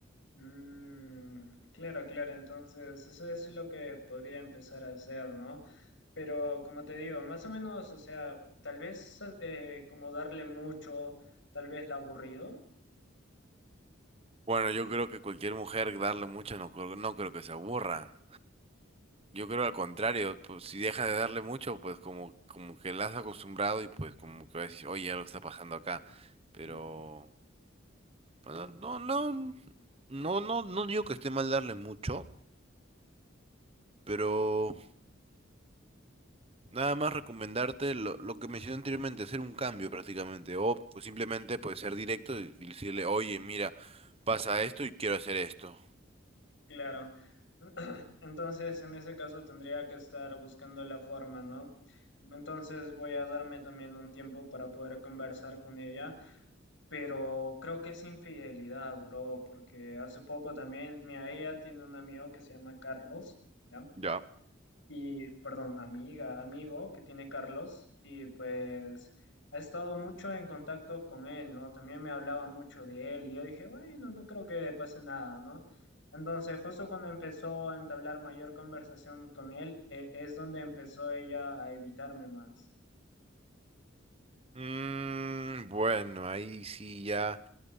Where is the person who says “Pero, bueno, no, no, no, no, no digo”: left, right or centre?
Right